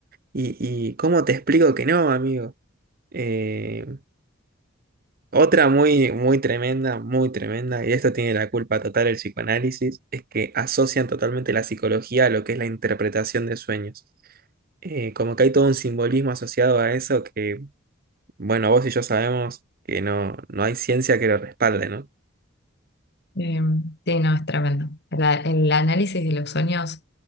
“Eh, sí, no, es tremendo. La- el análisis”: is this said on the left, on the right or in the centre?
Left